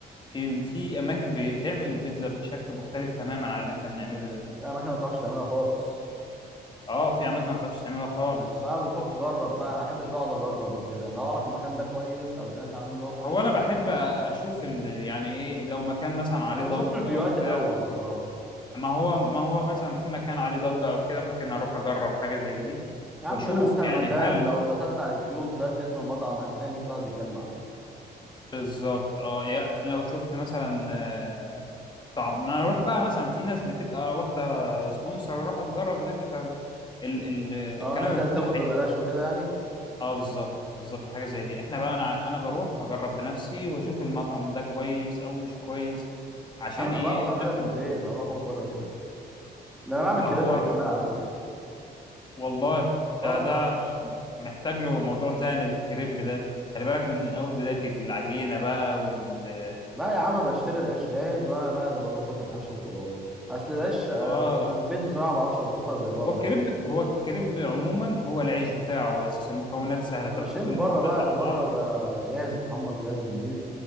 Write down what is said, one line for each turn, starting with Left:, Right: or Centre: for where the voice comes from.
Left: في في اماكن بتعمل البيتزا بشكل مختلف تماما عن اللي احنا بنعمله ده
Centre: في اماكن ما بتعرفش تعملها خالص
Left: اه في اماكن ما بتعرفش تعملها خالص
Centre: ما انت بقى بتروح تجرب بقى انا ما احبش بقعد اجرب وكده انا لو اعرف المكان ده كويس او سمعت عنه اللي هو كويس
Left: هو انا بحب اشوف ال... يعني ايه لو مكان مثلا عليه
Centre: انا بشوف
Left: ضجه
Centre: ريفيوهات
Left: أو
Centre: الاول
Left: كده
Centre: بصراحه
Left: ما هو ما هو مثلا في مكان عليه ضجه او كده ممكن اروح اجرب حاجه زي دي
Centre: يا عم
Left: واشوف
Centre: ده اسهل
Left: يعني
Centre: مكان
Left: هل
Centre: لو دخلت على اليوتيوب كتبت اسم المطعم هتلاقي 100 واحد بيتكلم عنه
Left: بالظبط اه يا- لو شفت مثلا آه، طعم ما اروح بقى مثلا في ناس بتبقى واخده سبونسر وراح تجرب الاكل فالكلام
Centre: اه الناس
Left: ما بيكونش
Centre: اللي بتاخد
Left: حقيقي
Centre: ببلاش وكده يعني
Left: اه بالظبط بالظبط حاجه زي دي احنا بقى انا انا بروح اجرب بنفسي واشوف المطعم ده كويس او مش كويس عشان
Centre: يا عم انا
Left: ايه
Centre: بعرف اعملها
Left: اضيفه
Centre: في البيت هروح اقول بره ليه ده انا بعمل
Left: ما
Centre: كريب
Left: هو
Centre: كمان على فكره
Left: والله
Centre: اه
Left: ده ده محتاج له موضوع تاني الكريب ده خلي بالك من اول بداية العجينة بقى وال
Centre: لا يا عم بشتري العيش جاهز وانا بقى اللي بظبط الحشو وخلاص اصل العيش آه،
Left: اه
Centre: في البيت بصراحه ما بعرفش اظبطها زي بره
Left: هو الكريب
Centre: يعني
Left: هو الكريب عموما هو العيش بتاعه بس المكونات سهلة انت
Centre: انا
Left: بتحط
Centre: بشتري من
Left: المكونات
Centre: بره بقى
Left: على
Centre: بره
Left: بعض
Centre: بيبقى جاهز متحمص جاهز ونضيف